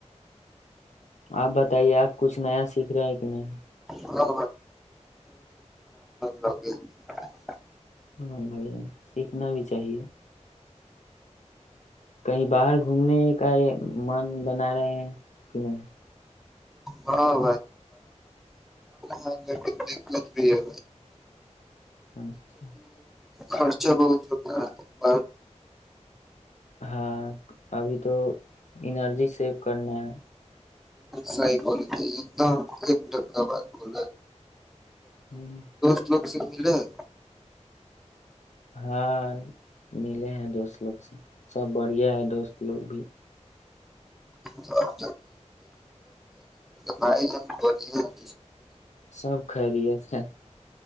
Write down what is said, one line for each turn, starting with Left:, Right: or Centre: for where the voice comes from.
Left: آپ بتائیے آپ کچھ نیا سیکھ رہے ہیں کہ نہیں
Centre: ہاں لگ <unintelligible>
Left: ہاں بھائی سیکھنا بھی چاہیے کہیں باہر گھومنے کا یہ من بنا رہے ہیں کہ نہیں
Centre: ہاں ہ گ دت بھی ہے
Left: اچھا <unintelligible>
Centre: خرچا بہت ہوتا ہے ب
Left: ہاں ابھی تو انرجی سیو کرنا ہے
Centre: سی ت ایک دم ایک ا بات کر
Left: ہوں <unintelligible>
Centre: کچ لوگ اس سے مل رہے ہے
Left: ہاں ملے ہیں دوست لوگ سے سب بڑھیا ہے دوست لوگ بھی
Centre: تو اب بائی ج ہم بڑیے
Left: سب خیریے تھ